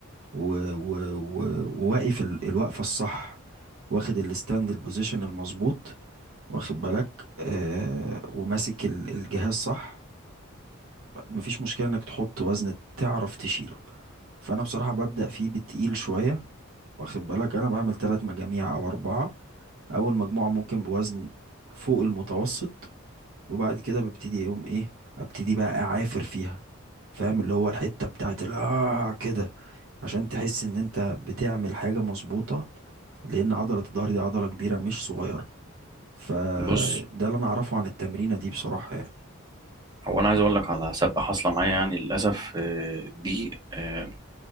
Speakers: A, on the right; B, on the right.
A: و- و- و- وواقف ال- الوقفه الصح واخد الستاند البوزيشن المظبوط واخد بالك آه وماسك ال- الجهاز صح مفيش مشكلة انك تحط وزن تعرف تشيله فانا بصراحة ببدأ فيه بتقيل شوية واخد بالك انا بعمل ثلاث مجاميع او اربعة اول مجموعة ممكن بوزن فوق المتوسط وبعد كده ببتدي يوم ايه ابتدي بقى اعافر فيها فاهم اللي هو الحتة بتاعت ال- آه كده عشان تحس ان انت بتعمل حاجة مظبوطة لان عضلة الظهر دي عضلة كبيرة مش صغيرة فده
B: بص
A: اللي انا اعرفه عن التمرينة دي بصراحة يعني
B: هو انا عايز اقول لك على سابقه حاصله معايا يعني للاسف آه، دي آه،